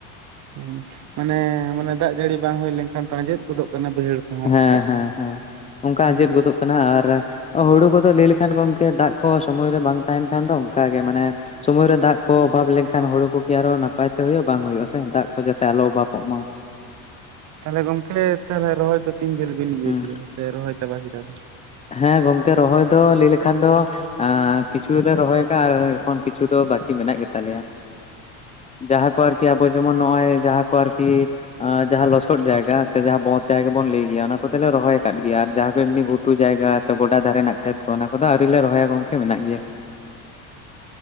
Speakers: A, on the right; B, on the left.
A: ᱦᱩᱸ ᱢᱟᱱᱮ ᱢᱟᱱᱮ ᱫᱟᱜ ᱡᱟᱹᱲᱤ ᱵᱟᱝ ᱦᱩᱭ ᱞᱮᱱᱠᱷᱟᱱ ᱟᱸᱡᱮᱫ ᱜᱚᱫᱚᱜ ᱠᱟᱱᱟ ᱵᱟᱹᱭᱦᱟᱹᱲ ᱠᱚᱦᱚᱸ ᱦᱟᱸᱜ
B: ᱦᱮᱸ
A: ᱠᱷᱟᱡ᱾
B: ᱦᱮᱸ ᱦᱮᱸ ᱚᱱᱠᱟ
A: ᱦᱩᱸ
B: ᱟᱸᱡᱮᱫ ᱜᱚᱫᱚᱜ ᱠᱟᱱᱟ ᱟᱨ ᱦᱩᱲᱩ ᱠᱚᱫᱚ ᱞᱟᱹᱭ ᱞᱮᱠᱷᱟᱱ ᱜᱚᱢᱠᱮ ᱫᱟᱜ ᱠᱚ ᱥᱚᱢᱚᱭ ᱨᱮ ᱵᱟᱝ ᱛᱟᱦᱮᱱ ᱠᱷᱟᱱ ᱫᱚ ᱚᱱᱠᱟ ᱜᱮ ᱢᱟᱱᱮ᱾ ᱥᱚᱢᱚᱭ ᱨᱮ ᱫᱟᱜ ᱠᱚ ᱚᱵᱷᱟᱵ ᱞᱮᱱᱠᱷᱟᱱ ᱦᱩᱲᱩ ᱠᱚᱜᱮ ᱟᱨᱚ ᱱᱟᱯᱟᱭ ᱛᱮ ᱦᱩᱭᱩᱜᱼᱟ, ᱵᱟᱝ ᱦᱩᱭᱩᱜᱼᱟᱥᱮ ᱫᱟᱜ ᱠᱚ ᱡᱟᱛᱮ ᱟᱞᱚ ᱚᱵᱷᱟᱵᱚᱜ ᱢᱟ᱾
A: ᱛᱟᱦᱞᱮ ᱜᱚᱝᱠᱮ ᱛᱟᱦᱞᱮ ᱨᱚᱦᱚᱭ ᱫᱚ ᱛᱤᱱ ᱡᱷᱟᱹᱞ ᱵᱤᱱ ᱤᱭᱟᱹ
B: ᱦᱩᱸ
A: ᱠᱮᱫᱟ ᱥᱮ ᱨᱚᱦᱚᱭ ᱪᱟᱵᱟ ᱠᱮᱫᱟ ᱥᱮ
B: ᱦᱮᱸ ᱜᱚᱝᱠᱮ ᱨᱚᱦᱚᱭ ᱫᱚ ᱞᱟᱹᱭ ᱞᱮᱠᱷᱟᱱ ᱫᱚᱼᱼ ᱟᱸ ᱠᱤᱪᱷᱩ ᱞᱮ ᱨᱚᱦᱚᱭ ᱠᱟᱜᱼᱟ ᱟᱨ ᱮᱠᱷᱚᱱ ᱠᱤᱪᱷᱩ ᱫᱚ ᱵᱟᱠᱤ ᱢᱮᱱᱟᱜ ᱜᱮᱛᱟ ᱞᱮᱭᱟ᱾ ᱡᱟᱦᱟᱸ ᱠᱚ ᱟᱨᱠᱤ ᱟᱵᱚ ᱡᱮᱢᱚᱱ ᱱᱚᱜ-ᱚᱭ ᱡᱟᱦᱟᱸ ᱠᱚ ᱟᱨᱠᱤ ᱡᱟᱦᱟᱸ ᱞᱚᱥᱚᱫ ᱡᱟᱭᱜᱟ ᱦᱮ ᱥᱮ ᱡᱟᱦᱟᱸ ᱵᱚᱫ ᱡᱟᱭᱜᱟ ᱵᱚᱱ ᱞᱟᱹᱭ ᱜᱮᱭᱟ ᱚᱱᱟ ᱠᱚᱛᱮᱞᱮ ᱨᱚᱦᱚᱭ ᱠᱟᱫ ᱜᱮᱭᱟ ᱟᱨ ᱡᱟᱦᱟᱸ ᱠᱚ ᱮᱢᱱᱤ ᱜᱷᱩᱴ ᱴᱩ ᱡᱟᱭᱜᱟ ᱥᱮ ᱜᱚᱰᱟ ᱫᱷᱟᱨᱮ ᱱᱟᱜ ᱠᱷᱮᱛ ᱠᱚ ᱚᱱᱟ ᱠᱚᱫᱚ ᱟᱹᱣᱨᱤ ᱞᱮ ᱨᱚᱦᱚᱭᱟ ᱜᱚᱝᱠᱮ ᱢᱮᱱᱟᱜ ᱜᱮᱭᱟ᱾